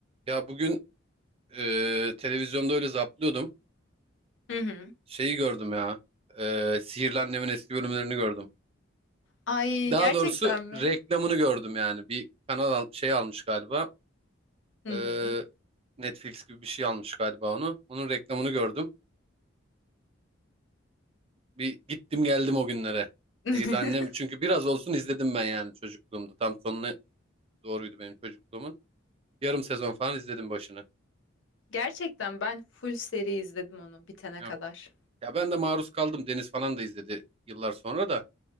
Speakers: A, on the right; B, on the left.
A: Ya bugün e, televizyonda öyle zaplıyordum.
B: Hı hı.
A: Şeyi gördüm ya. E, Sihirli Annem'in eski bölümlerini gördüm.
B: Ay
A: Daha
B: gerçekten
A: doğrusu
B: mi?
A: reklamını gördüm yani. Bir kanal al- şey almış galiba.
B: Hı
A: E,
B: hı.
A: Netflix gibi bir şey almış galiba onu. Onun reklamını gördüm. Bir gittim geldim o günlere.
B: <laughs>
A: Sihirli Annem çünkü biraz olsun izledim ben yani çocukluğumda. Tam sonuna doğruydu benim çocukluğumun. Yarım sezon falan izledim başını.
B: Gerçekten ben full seri izledim onu bitene kadar.
A: Yok. Ya ben de maruz kaldım. Deniz falan da izledi yıllar sonra da.